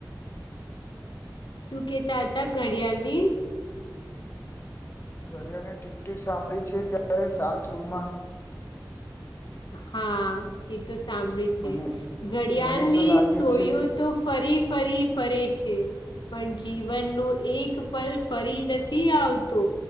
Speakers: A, on the left; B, on the left.
A: શું કેતા હતા ઘડિયાળની
B: ઘડિયાને ટીક ટીક સાંભળી છે ક્યારે શાંત રૂમમાં
A: હા એ તો સાંભળી છે
B: મને
A: ઘડિયાળની
B: મને તો લાગે
A: સો
B: છે
A: તો ફરી ફરી ફરે છે. પણ જીવનનો એ પલ ફરી નથી આવતો.